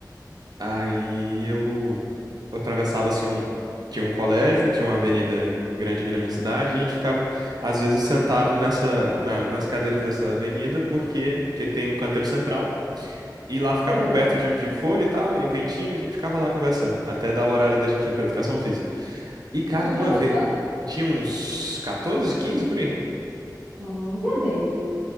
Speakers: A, on the right; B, on the right.
A: Aí eu, eu atravessava assim um tinha um colégio, tinha uma avenida em- grande aqui na minha cidade, e a gente ficava às vezes sentado nessa na- nas cadeiras dessa avenida, porque que tem um canteiro central. E lá ficava
B: Ah,
A: coberto de, de folha e tal, e um ventinho, e a gente ficava lá conversando, até dar o horário da gente ir pra educação física. E, cara,
B: Tu
A: uma
B: tinha quantos
A: vez.
B: anos?
A: Tinha uns catorze, quinze por aí.
B: Um dia desse.